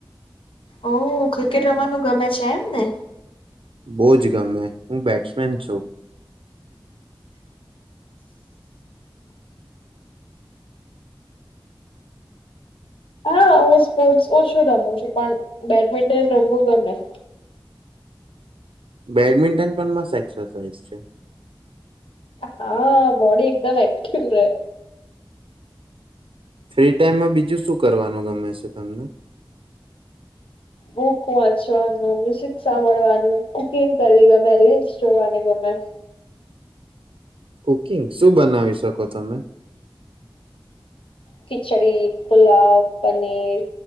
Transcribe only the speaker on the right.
બહુ જ ગમે. હું બેટ્સમેન છું.
બેડમિન્ટન પણ મસ્ત એક્સરસાઇઝ છે.
ફ્રી ટાઈમમાં, બીજું શું કરવાનું ગમે છે તમને?
કુકિંગ. શું બનાવી શકો તમે?